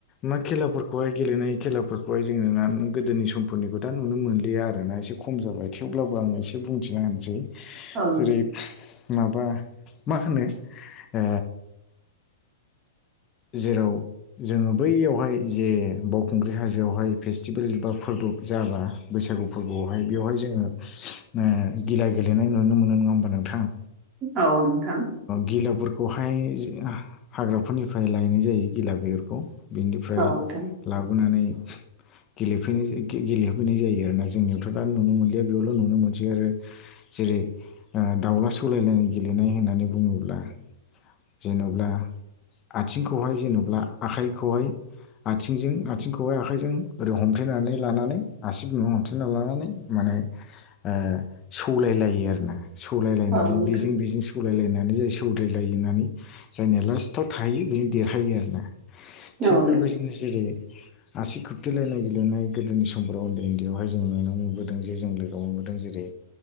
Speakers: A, on the left; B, on the right.
A: मा खेलाफोरखौ बेखौहाय गेलेनाय खेलाफोरखौहाय जोङो ना गोदोनि समफोरनिखौ दा नुनो मोनलिया आरोना एसे खम जाबाय थेवब्लाबो आंङो एसे बुंथिना होनिसै।
B: औ
A: जेरै माबा मा होनो ओ जेराव जोङो बैयावहाय जे बावखुंग्रि हाजोआवहाय फेस्टिभेल बा फोरबो जाब्ला बैसागु फोरबोआवहाय बेवहाय जोङो ओ गिला गेलेनाय नुनो मोनो नङा होमबा नोंथां।
B: औ नोंथां।
A: गिलाफोरखौहाय जो हा-हाग्राफोरनिफ्राय लायनाय जायो गिला बेगरखौ। बिनिफ्राय
B: औ नोंथां
A: लाबोनानै गेलेफैनाय-गेलेफैनाय जायो आरोना जोंनियावथ' दा नुनो मोनलिया बेयावल' नुनो मोनसै आरो जेरै ओ दाउला सौलायलायनाय गेलेनाय होननानै बुङोब्ला जेनब्ला आथिंखौहाय जेनेबा आखाइखौहाय आथिंजों आथिंखौ हाइ आखाइजों ओरै हमथेनानै लानानै आसिब बिनाव हमथेना लानानै माने ओ सौलायलायो आरोना। सौलायलायनानै
B: औ नोंथां
A: बेजों बेजों सौलायलायनानै जाय सौलायलाय होननानै जायनि लास्टआव थाहायो बेनो देरहायो आरोना। थिग
B: औ
A: बेबायदिनो
B: नोंथां
A: जेरै आसि खुबथेलायनाय गेलेनाय गोदोनि समफोराव उन्दै उन्दैआवहाय जों नुनो मोनबोदों जे जों बेयाव मोनबोदों जेरै